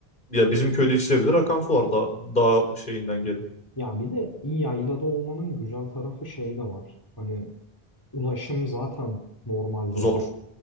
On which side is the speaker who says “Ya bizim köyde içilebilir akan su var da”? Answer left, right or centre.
Left